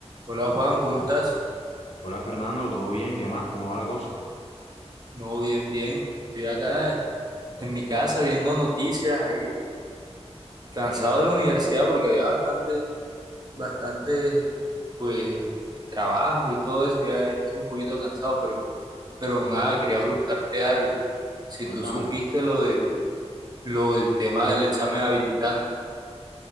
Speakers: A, on the right; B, on the left.
A: Hola Juan, ¿cómo estás?
B: Hola Fernando, ¿todo bien? ¿Qué más? ¿Cómo va la cosa?
A: No, bien, bien. Estoy acá en mi casa viendo noticias ahí, cansado
B: ¿Y eso?
A: de la universidad porque había bastante, bastante, pues, trabajo y todo eso. Ya, ya estoy un poquito cansado, pero, pero nada, quería preguntarte algo. Si
B: Cuéntamela.
A: tú supiste lo del, lo del tema del examen habilitante.